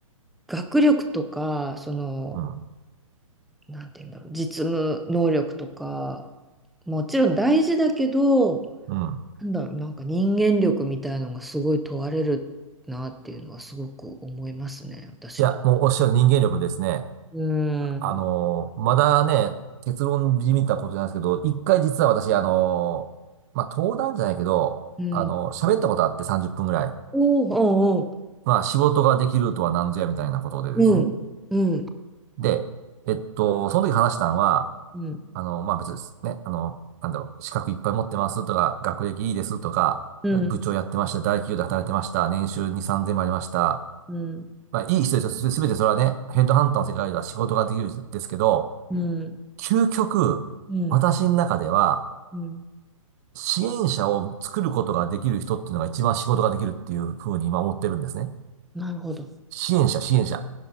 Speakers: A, in the centre; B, on the right.
A: 学力とか、その、
B: うん。
A: なんて言うんだろう、実務能力とか、もちろん大事だけど、
B: うん。
A: なんだろう、なんか人間力みたいのがすごい問われるなっていうのはすごく思いますね、私も。
B: いや、もうおっしゃる人間力ですね。
A: うん。
B: あのーまだね、結論じみたことじゃないですけど、一回実は私、あのーまあ登壇じゃないけど、
A: うん。
B: あのー喋ったことあって30分ぐらい。
A: おお、おうお
B: まあ仕事ができるとは何ぞやみたいなことでですね。
A: う、うん、うん、
B: で、えっと、その時話したのは、
A: うん、
B: あの、まあ、別にですね。あの、なんだろう、資格いっぱい持ってますとか、学歴いいですとか、
A: うん、
B: 部長やってました、大企業で働いてました、年収2、3000もありました。
A: うん、
B: まあ、いい人ですよ。すべてそれはね、ヘッドハンターの世界では仕事ができるんですけど、
A: うん、
B: 究極、
A: うん、
B: 私の中では、
A: うん。
B: 支援者を作ることができる人っていうのが一番仕事ができるっていうふうに今思ってるんですね。
A: なるほど。
B: 支援者、支援者。